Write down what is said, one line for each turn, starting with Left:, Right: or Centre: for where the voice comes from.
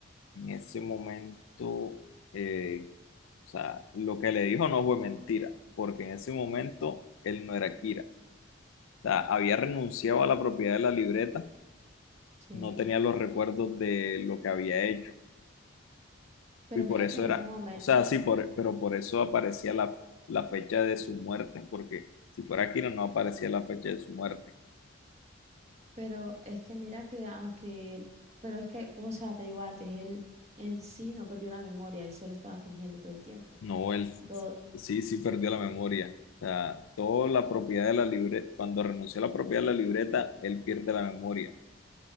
Left: en ese momento, eh, o sea, lo que le dijo no fue mentira, porque en ese momento él no era Kira. O sea, había renunciado a la propiedad de la libreta,
Right: Sí.
Left: no tenía los recuerdos de lo que había hecho
Right: Pero
Left: Y por
Right: mira
Left: eso
Right: que en
Left: era,
Right: ese momento
Left: o sea, sí, por, pero por eso aparecía la, la fecha de su muerte, porque si fuera Aquino no aparecía la fecha de su muerte.
Right: Pero es que mira que aunque él, pero es que, como sea, te digo antes, él en sí no perdió la memoria, él solo estaba fingiendo todo el tiempo.
Left: No, él
Right: Todo,
Left: sí, sí perdió la memoria. O sea, toda la propiedad de la libreta, cuando renunció a la propiedad de la libreta, él pierde la memoria.